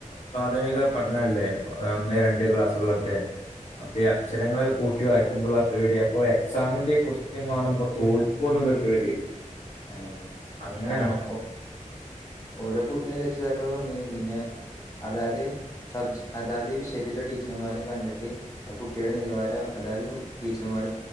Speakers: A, on the left (about 55°); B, on the left (about 25°).
A: പ്രാഥമിക പഠനല്ലേ ഒന്ന് രണ്ട്
B: ആ, അതെ
A: ക്ലാസ്സുകളൊക്കെ
B: ആ,
A: അതയാെ
B: അതെ
A: <unintelligible> അക്ഷരള് കൂട്ടി വായിക്കുമ്പള്ള ആ പേടിയ അപ്പൊ എക്സാമിന്റെ ക്വസ്റ്റ്യൻ കാണുമ്പോ തോൽക്കുവെന്നുള്ളൊരു പേടി
B: ആ അതെ
A: അങ്ങനെയാണ്
B: ആ ഒ ഓരോ കുട്ടിന്റെ രക്ഷിതാക്കള് വന്നീന് പിന്നെ അതായത് സബ്ജ അതാത് വിഷയത്തിന്റെ ടീച്ചർമാരും കണ്ടിട്ട് ആ കുട്ടീടെ നിലവാരം അതായത് ടീച്ചർമാര